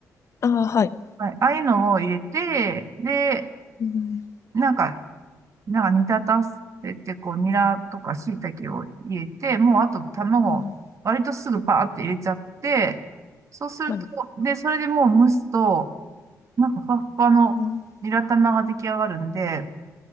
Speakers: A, on the left; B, on the right.
A: ああ、はい。
B: はい。ああいうのを入れて、で、
A: うん、
B: なんかなんか煮立たせて、こう、ニラとか椎茸を入れて、もうあと卵、
A: うん、
B: 割とすぐパーって入れちゃって、そうすると、
A: はい。
B: で、それでもう蒸すと、なんかふわっふわのニラ玉が出来上がるんで、
A: うん。